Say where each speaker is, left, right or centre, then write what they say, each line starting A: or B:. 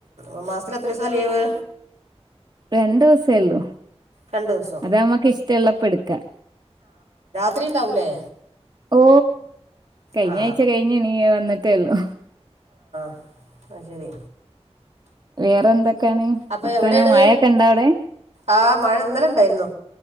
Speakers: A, on the right; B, on the right.
A: ഉ മാസത്തിൽ എത്ര ദിവസാ ലീവ്
B: രണ്ട ദിവസേള്ളൂ
A: രണ്ട് ദിവസം
B: അത് നമ്മക്ക് ഇഷ്ടമുള്ളപ്പെടുക്ക
A: ഇത്ര ഉണ്ടാവൂലേ
B: ഓ കഴിഞ്ഞ
A: ആ
B: ആഴ്ച കഴിഞ്ഞണീ വന്നിട്ടേള്ളു
A: അഹ ശരി
B: വേറെ എന്തൊക്കെയാണ്
A: അപ്പോൾ
B: വർത്താനം
A: എവിടെയാണ്
B: മഴൊക്കെ ഇണ്ടാ അവിടെ
A: ആ മഴ ഇന്നലെ ഉണ്ടായിരുന്നു